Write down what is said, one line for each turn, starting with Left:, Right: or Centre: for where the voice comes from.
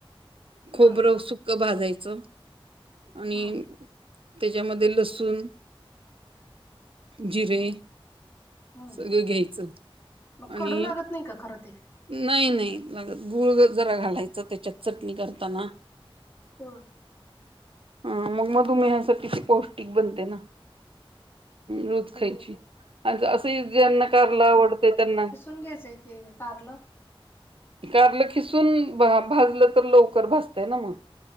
Right: खोबरं
Left: बर
Right: सुक भाजायचं आणि
Left: हम्म
Right: तेज्यामध्ये लसूण जिरे
Left: हम्म हम्म
Right: सगळं घ्यायचं
Left: मग
Right: आणि
Left: कडू लागत नाही का करत -- ते
Right: नाही - नाही मला गुळ गत जरा घालायचं त्याच्यात चटणी करताना.
Left: होय.
Right: ह मग मधुमेहासाठी ते पौष्टिक बनतेय ना? रोज खायची आज असं ही ज्यांना करला आवडतय त्यांना
Left: धुवून घ्यायचंय ते कारल
Right: कारलं खिसून भा -भाजलं तर लवकर भाजतय ना मग.